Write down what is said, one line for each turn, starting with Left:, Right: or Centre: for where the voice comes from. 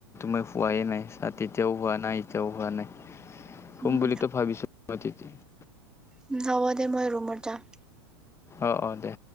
Left: মই হোৱাই নাই তাত তেতিয়াও হোৱা নাই এতিয়াও হোৱা নাই শুম
Centre: উম
Left: বুলিতো ভাবিছো। <unintelligible>
Centre: উম হ'ব দে মই ৰুমত যাওঁ।
Left: অ' অ' দে।